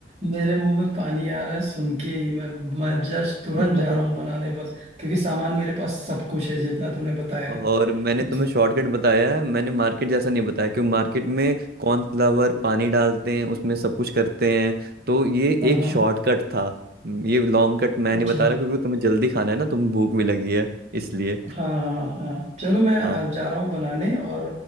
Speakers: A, on the right; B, on the right.
A: मेरे मुंह में पानी आ रहा है सुन के ही मैं मैं जस्ट तुरंत
B: <laughs>
A: जा रहा हूँ बनाने बस क्योंकि सामान मेरे पास सब कुछ है जितना तुमने बताया
B: और मैंने
A: बस
B: तुम्हें शॉर्टकट बताया है मैंने मार्केट जैसा नहीं बताया क्यों मार्केट में कॉर्नफ्लावर पानी डालते हैं उसमें सब कुछ करते हैं तो ये
A: हाँ
B: एक
A: हाँ
B: शॉर्टकट था हम्म, ये लॉन्ग कट मैं नहीं
A: अच्छा
B: बता रहा क्योंकि तुम्हें जल्दी खाना है ना तुम्हें भूख भी लगी है इसलिए
A: हाँ हाँ हाँ हाँ। चलो मैं
B: हाँ
A: अ, जा रहा हूँ बनाने और